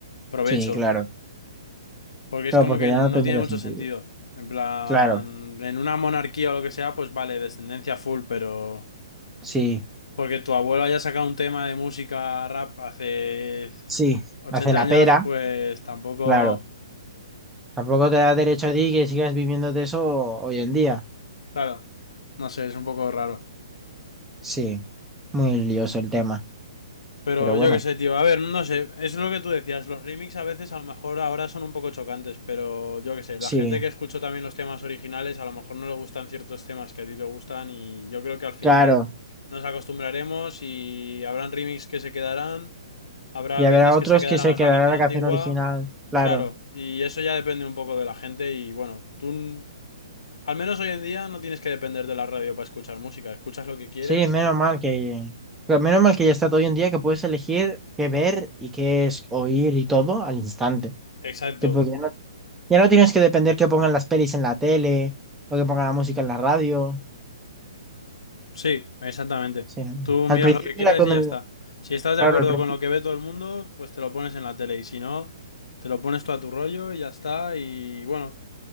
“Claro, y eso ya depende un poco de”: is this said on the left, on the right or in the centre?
Left